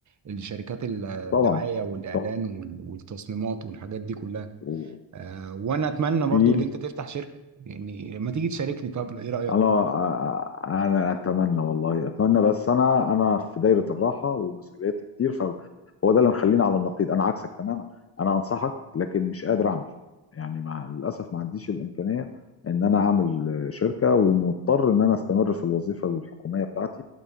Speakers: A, on the right; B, on the left.
A: الشركات الدعاية
B: طبعا
A: والاعلان
B: طبعا
A: وال- والتصميمات والحاجات دي كلها
B: و...
A: آه، وانا اتمنى برضو
B: Oui,
A: ان انت تفتح شركه يعني لما تيجي تشاركني طب ايه رايك
B: انا انا اتمنى والله اتمنى بس انا انا في دايره الراحه ومسؤوليات كتير فهو ده اللي مخليني على النقيض انا عكسك تماما انا انصحك لكن مش قادر اعمل يعني مع للاسف ما عنديش الامكانيه ان انا اعمل شركه ومضطر ان انا استمر في الوظيفه الحكوميه بتاعتي